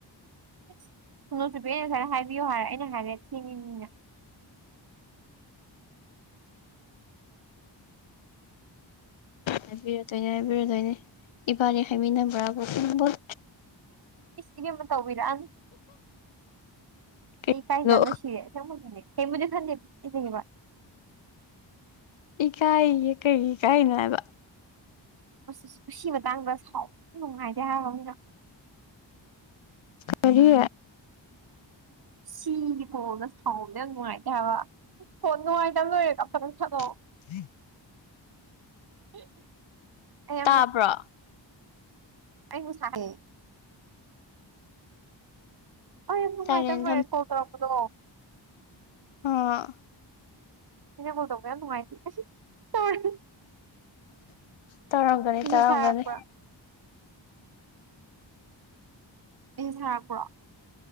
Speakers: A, on the right; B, on the left.
A: ꯏꯁ ꯁ‌ꯣꯅ‌ꯣꯆꯨꯕꯤ ꯑꯩꯅ ꯉꯁꯥꯏꯅ ꯍꯥꯏꯕꯤꯌꯨ ꯍꯥꯏꯔꯦ ꯑꯩꯅ ꯍꯥꯏꯔ‌ꯦ ꯊ‌ꯦꯡꯏꯅꯤꯅ‌ꯦ
B: ꯍꯥꯏꯕꯤꯔꯗꯣꯏꯅꯦ ꯍꯥꯏꯕꯤꯔꯗꯣꯏꯅꯦ ꯏꯕꯥꯅꯤ ꯍꯥꯏꯃꯤꯟ ꯅꯕ꯭ꯔꯕꯨ ꯈꯪꯕ‌ꯣꯟ
A: ꯏꯁ ꯏꯕꯤꯝꯃꯥ ꯇꯧꯕꯤꯔꯛ ꯑꯅꯨ
B: ꯀꯩꯅꯣ
A: ꯑꯩ ꯏꯀꯥꯏꯖꯥꯕꯅ ꯁꯤꯔꯦ ꯑꯁ‌ꯦꯡꯕꯒꯤ ꯅꯦ ꯀꯩꯌꯝ ꯕꯨꯗꯤ ꯈꯟꯗꯦ ꯀꯤꯖꯩꯌ‌ꯦꯕ
B: ꯏꯀꯥꯏꯌꯦ ꯀꯩꯒꯤ ꯏꯀꯥꯏꯅꯣ ꯍꯥꯏꯕ
A: ꯑꯁ ꯄꯨꯁꯤ ꯃꯇꯥꯡꯗ ꯁꯥꯎꯕꯗꯤ ꯅꯨꯡꯉꯥꯏꯇꯦ ꯍꯥꯏꯕ ꯃꯤꯅ
B: ꯀꯔꯤ
A: ꯁꯤꯒꯤ ꯀꯣꯜ ꯗ ꯁꯥꯎꯟ ꯖ‌ꯦ ꯌꯥꯝ ꯅꯨꯡꯉꯥꯏꯇꯦ ꯍꯥꯏꯕ ꯑ‌ꯣ ꯅꯨꯡꯉꯥꯏꯇꯕ ꯂꯣꯏꯔꯦ ꯑꯝꯇ ꯀꯛ ꯊꯠꯂ‌‌ꯣ
B: <unintelligible>
A: <unintelligible> ꯑꯩ ꯌꯥꯝ
B: ꯇꯥꯕ꯭ꯔꯣ
A: ꯑꯩ <unintelligible> ꯑꯩ ꯃꯨꯛ
B: ꯁꯥꯏꯂꯦꯟ
A: ꯉꯥꯛꯇꯪ ꯂꯩꯔ ꯀꯣꯜ ꯇꯧꯔꯛꯄꯗꯣ
B: ꯑꯥ
A: ꯍꯅꯀꯣꯜ ꯇꯧꯕ ꯌꯥꯝ ꯅꯨꯡꯉꯥꯏꯇꯦꯣꯔꯤ
B: ꯇꯥꯔꯒꯅꯤ
A: ꯃꯦꯁꯦꯁ
B: ꯇꯥꯔꯒꯅꯤ
A: ꯊꯥꯔꯛꯄ꯭ꯔꯣ ꯑꯩ ꯁꯥꯔꯛꯄ꯭ꯔꯣ